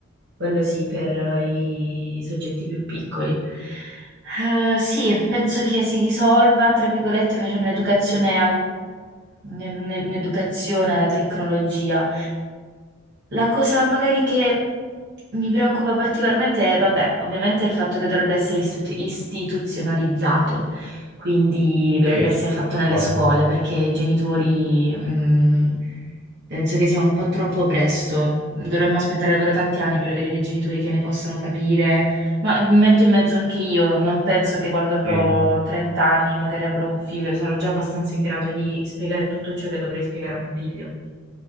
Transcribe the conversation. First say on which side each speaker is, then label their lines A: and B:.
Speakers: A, on the right (about 55°); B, on the right (about 85°).
A: quello sì, per eh, i soggetti più piccoli. Eh, sì, penso che si risolva, tra virgolette, facendo un'educazione ne- ne- un'educazione alla tecnologia. La cosa magari che mi preoccupa particolarmente è, vabbè, ovviamente il fatto che dovrebbe essere istu- istituzionalizzato, quindi dovrebbe
B: Sì, d'accordo.
A: essere fatto nelle scuole, perché i genitori, mh, penso che sia un po' troppo presto. Dovremmo aspettare davvero tanti anni per avere dei genitori che ne possano capire, ma mi metto in mezzo anche io, non penso che quando avrò
B: Sì,
A: 30 anni, magari avrò un figlio, sarò già abbastanza in grado di spiegare tutto ciò che dovrei spiegare a mio figlio.